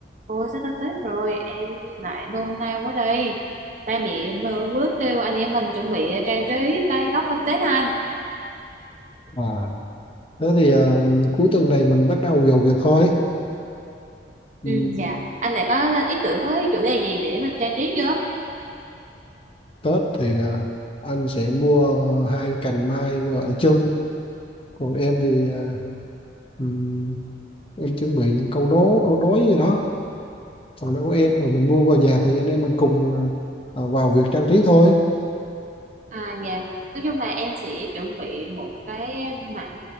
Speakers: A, on the right; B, on the left.
A: Ôi sắp tới Tết rồi em lại nôn nao quá đây ba mẹ em mới mới kêu anh em mình chuẩn bị trang trí cây góc đón Tết anh
B: À, thế thì à, cuối tuần này mình bắt đầu vào việc thôi.
A: ừ
B: Ừ,
A: dạ anh lại có lên ý tưởng với chủ đề gì để mình trang trí chưa
B: Tết thì à, anh sẽ mua hai cái cành mai vừa anh trưng. Còn em thì à, ừm, em chuẩn bị những câu đố, câu đối gì đó. Còn nó của em rồi mình mua về nhà thì anh em mình cùng à, à, vào việc trang trí thôi.
A: À dạ, nói chung là em sẽ chuẩn bị một cái mảnh